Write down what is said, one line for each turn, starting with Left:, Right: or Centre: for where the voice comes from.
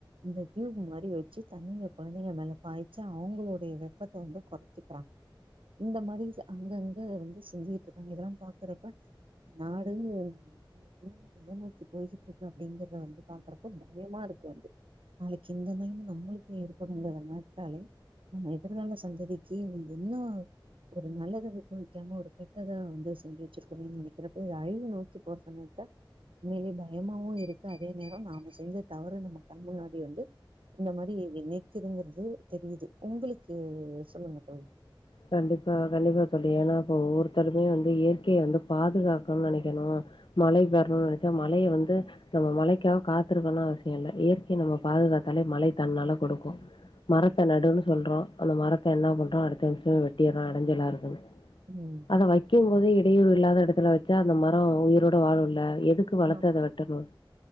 Right: இந்த டியூப் மாரி வச்சு தண்ணிய கொழந்தைங்க மேல பாய்ச்சு அவங்களுடைய வெப்பத்தை வந்து குறைச்சிக்கிறாங்க இந்த மாரி அங்க அங்க வந்து செஞ்சிட்டு இருக்காங்க இதெல்லாம் பாக்குறப்ப நாடே நம்ம பூமி எதை நோக்கி போயிகிட்டு இருக்கு அப்டிங்கறத வந்து பாக்குறப்ப இமா பயமா இருக்கும் வந்து நாளைக்கி இந்த நெலம நம்மளுக்கு ஏற்படுங்குறத நினச்சாலே நம்ம எதிர்கால சந்ததிக்கி என்ன ஒரு நல்லத விட்டுவிக்காம ஒரு கெட்டதை வந்து செஞ்சு வச்சிருக்கணும்ன்னு நினைக்கிறப்ப இத அழிவு நோக்கி போறத நெனச்சா உண்மிலே பயமாவும் இருக்கு அதே நேரம் நாம செஞ்ச தவிர நம்ம கண் முன்னாடி வந்து இந்த மாரி நினைக்குதுங்கிறது தெரியுது உங்களுக்கு சொல்லுங்க தோழி
Left: கண்டிப்பா அ கண்டிப்பா தோழி ஏன்னா இப்ப ஒவ்வெருத்தருமே வந்து இயற்கையை வந்து பாதுகாக்கனு நினைக்கணும் மழை வரணும்னு நினைச்சா மழைய வந்து நம்ம மழைக்கா காத்திருக்கோன்னனு அவசியம் இல்ல இயற்கையை நம்ம பாதுகாத்தாலே மழை தன்னால குடுக்கும் மரத்தை நடுன்னு சொல்றோம் அந்த மரத்தை என்ன பண்றோம் அடுத்த நிமிஷமே வெட்டிறான் அடைஞ்ச எல்லா இருக்குன்னு
Right: ம்
Left: அத வைக்கும் போதே இடையூறு இல்லாத இடத்துல வச்சா அந்த மரம் உயிரோட வாழு இல்ல எது க்கு வாளத்தத
Right: ஆமா
Left: வெட்டனும்